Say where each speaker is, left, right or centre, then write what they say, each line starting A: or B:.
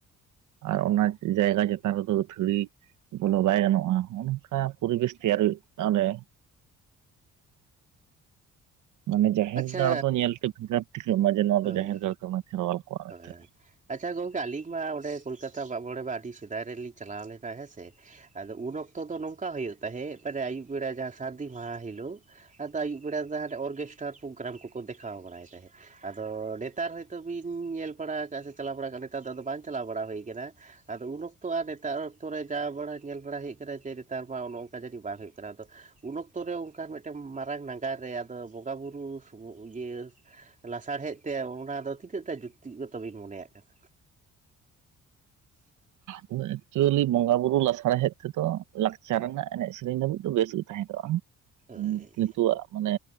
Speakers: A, on the right; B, on the right.
A: ᱟᱨ ᱚᱱᱟ ᱡᱟᱭᱜᱟ ᱪᱮᱛᱟᱱ ᱨᱮᱫᱚ ᱟᱹᱛᱷᱟᱹᱣᱲᱤ ᱵᱚᱞᱚ ᱵᱟᱭ ᱜᱟᱱᱚᱜ-ᱟ ᱦᱚᱸᱜ-ᱚᱱᱠᱟ ᱯᱚᱨᱤᱵᱮᱥ ᱛᱮᱭᱟᱨ ᱦᱩᱭᱩᱜ-ᱟ ᱚᱸᱰᱮ᱾ ᱢᱟᱱᱮ ᱡᱟᱦᱮᱨ
B: ᱟᱪᱪᱷᱟ
A: ᱜᱟᱲ ᱫᱚ ᱧᱮᱞᱛᱮ ᱵᱷᱮᱜᱟᱨ ᱴᱷᱤᱠᱟᱹᱜ ᱢᱟ ᱡᱮ, ᱱᱚᱣᱟ
B: ᱦᱳᱭ
A: ᱫᱚ ᱡᱟᱦᱮᱨ ᱜᱟᱲ ᱠᱟᱱᱟ ᱠᱷᱮᱨᱣᱟᱞ ᱠᱚᱣᱟ ᱢᱮᱱᱛᱮᱫ᱾
B: ᱦᱳᱭ ᱟᱪᱪᱷᱟ ᱜᱚᱝᱠᱮ ᱟᱹᱞᱤᱧ ᱢᱟ ᱚᱸᱰᱮ ᱠᱳᱞᱠᱟᱛᱟ ᱢᱟᱜ ᱢᱚᱬᱮ ᱢᱟ ᱟᱹᱰᱤ ᱥᱮᱫᱟᱭ ᱨᱮᱞᱤᱧ ᱪᱟᱞᱟᱣ ᱞᱮᱱᱟ ᱦᱮᱸ ᱥᱮ᱾ ᱟᱫᱚ ᱩᱱ ᱚᱠᱛᱚ ᱫᱚ ᱱᱚᱝᱠᱟ ᱦᱩᱭᱩᱜ ᱛᱟᱦᱮᱸᱫ ᱢᱟᱱᱮ ᱟᱹᱭᱩᱵ ᱵᱮᱲᱟ ᱡᱟᱦᱟᱸ ᱥᱟᱹᱨᱫᱤ ᱢᱟᱦᱟ ᱦᱤᱞᱳᱜ ᱟᱫᱚ ᱟᱹᱭᱩᱵ ᱵᱮᱲᱟ ᱫᱚ ᱦᱟᱱᱮ ᱚᱨᱜᱮᱥᱴᱟᱨ ᱯᱨᱳᱜᱨᱟᱢ ᱠᱚᱠᱚ ᱫᱮᱠᱷᱟᱣ ᱵᱟᱲᱟᱭ ᱛᱟᱦᱮᱸᱫ᱾ ᱟᱫᱚ ᱱᱮᱛᱟᱨ ᱦᱚᱭᱛᱳ ᱵᱤᱱ ᱧᱮᱞ ᱵᱟᱲᱟ ᱟᱠᱟᱜ-ᱟ ᱥᱮ ᱪᱟᱞᱟᱣ ᱵᱟᱲᱟ ᱠᱟᱱᱟ, ᱱᱮᱛᱟᱨ ᱫᱚ ᱟᱫᱚ ᱵᱟᱝ ᱪᱟᱞᱟᱣ ᱵᱟᱲᱟ ᱦᱩᱭ ᱠᱟᱱᱟ᱾ ᱟᱫᱚ ᱩᱱ ᱚᱠᱛᱚ ᱟᱨ ᱱᱮᱛᱟᱨ ᱚᱠᱛᱚ ᱨᱮ ᱡᱟ ᱵᱟᱲᱟ ᱧᱮᱞ ᱵᱟᱲᱟ ᱦᱩᱭᱩᱜ ᱠᱟᱱᱟ ᱡᱮ ᱱᱮᱛᱟᱨ ᱢᱟ ᱱᱚᱜ-ᱚ ᱚᱝᱠᱟ ᱡᱟᱹᱱᱤᱡ ᱵᱟᱝ ᱦᱩᱭᱩᱜ ᱠᱟᱱᱟ ᱟᱫᱚ᱾ ᱩᱱ ᱚᱠᱛᱚ ᱨᱮ ᱚᱝᱠᱟᱱ ᱢᱮᱫᱴᱮᱱ ᱢᱟᱨᱟᱝ ᱱᱟᱜᱟᱨ ᱨᱮ ᱟᱫᱚ ᱵᱚᱸᱜᱟ-ᱵᱩᱨᱩ ᱥᱩᱢᱩᱝ ᱤᱭᱟᱹ ᱞᱟᱥᱟᱲᱦᱮᱫ ᱛᱮ ᱚᱱᱟ ᱫᱚ ᱛᱤᱱᱟᱹᱜᱴᱟ ᱡᱩᱠᱛᱤ ᱜᱚᱛᱚ ᱵᱤᱱ ᱢᱚᱱᱮᱭᱟᱜ ᱠᱟᱱᱟ?
A: ᱢᱟᱱᱮ ᱮᱠᱪᱩᱭᱮᱤ ᱵᱚᱸᱜᱟ ᱵᱩᱨᱩ ᱞᱟᱥᱟᱬᱦᱮᱫ ᱛᱮᱫᱚ ᱞᱟᱠᱪᱟᱨ ᱨᱮᱱᱟᱜ ᱮᱱᱮᱡ ᱥᱮᱨᱮᱧ ᱫᱷᱟᱹᱵᱤᱡ ᱫᱚ ᱵᱮᱥ ᱜᱮ ᱛᱟᱦᱮᱸᱠᱚᱜ-ᱟ᱾ ᱩᱸ
B: ᱦᱳᱭ
A: ᱱᱤᱛᱳ-ᱟᱜ ᱢᱟᱱᱮ